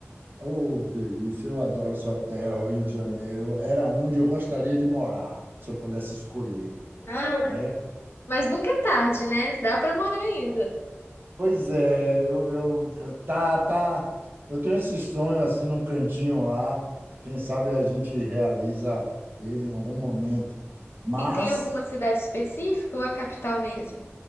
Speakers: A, on the right; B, on the left.
A: Oh, delícia, eu adoro sua terra, o Rio de Janeiro. Era onde eu gostaria de morar, se eu pudesse escolher,
B: Ah,
A: né?
B: mas nunca é tarde, né? Dá pra morar ainda.
A: Pois é, eu, eu, eu- tá, tá, eu tenho esse sonho assim num cantinho lá. Quem sabe a gente realiza ele em algum momento. Mas
B: E tem alguma cidade específica ou a capital mesmo?